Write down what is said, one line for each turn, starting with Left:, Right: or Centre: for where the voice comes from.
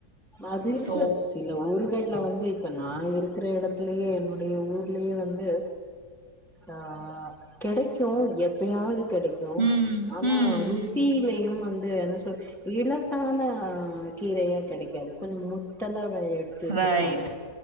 Centre: அது இருக்கு
Right: சோ
Centre: சி இ ஊர்கள்ல வந்து இப்ப நா இருக்குற எடத்துலயே என்னுடைய ஊர்லயே வந்து ஆ கெடைக்கு எப்பயாவது கெடைக்கு
Right: ம்,
Centre: ஆனா
Right: ம்.
Centre: ரூஸ் சிட்டிலையு வந்து என்ன சொல் இலசான கீரைய கெடைக்கு <unintelligible> கொஞ்சோ முத்தலா எடுத்து வச்சிருப்பாங்க
Right: ரைட்.